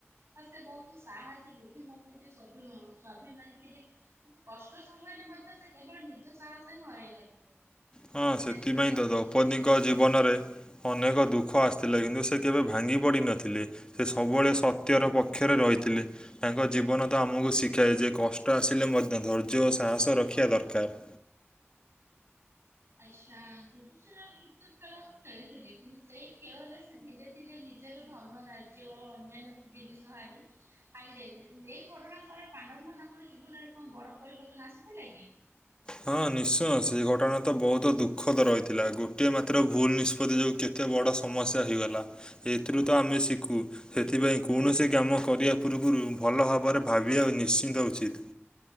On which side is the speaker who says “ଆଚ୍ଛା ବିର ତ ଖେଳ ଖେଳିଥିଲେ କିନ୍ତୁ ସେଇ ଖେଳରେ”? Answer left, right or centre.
Right